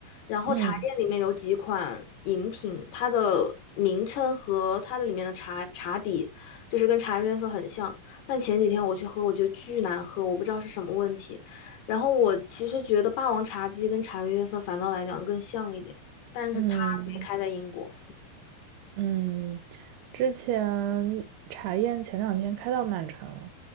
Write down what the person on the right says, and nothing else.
嗯
嗯嗯，之前茶宴前两天开到曼城了，